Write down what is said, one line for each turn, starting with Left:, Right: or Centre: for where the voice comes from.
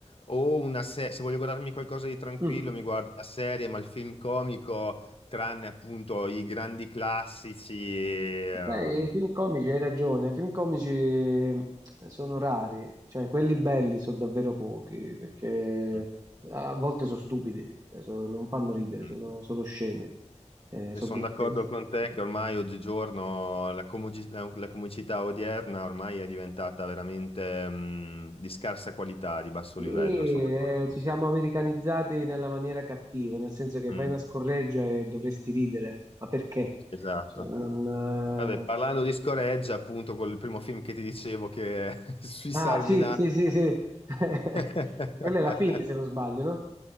Left: o una serie, se voglio guardarmi qualcosa di tranquillo
Right: Mm.
Left: mi guardo una serie, ma il film comico, tranne appunto i grandi classici, eh,
Right: Sai, i film comici, hai ragione, i film comici eh, sono rari, cioè quelli belli sono davvero pochi, perché
Left: mm,
Right: eh, a volte sono stupidi, cioè, so- non fanno ridere,
Left: mm.
Right: sono solo scemi, eh,
Left: E
Right: sono
Left: sono
Right: grotteschi.
Left: d'accordo con te che ormai oggigiorno la, comugi- la- la comicità odierna ormai è diventata veramente mh, di scarsa qualità, di basso
Right: Sì,
Left: livello,
Right: eh,
Left: sono d'accordo con
Right: ci siamo
Left: te.
Right: americanizzati nella maniera cattiva, nel senso che
Left: Mm,
Right: fai una scorreggia e dovresti ridere, ma perché?
Left: esatto.
Right: Cioè, non,
Left: Vabbè, parlando
Right: eh,
Left: di scoreggia, appunto, col primo film che ti dicevo che <laughs> sui Sarminati
Right: Ah, sì, sì, sì, sì. <laughs>
Left: <laughs>
Right: Quella è la fine, se non sbaglio, no?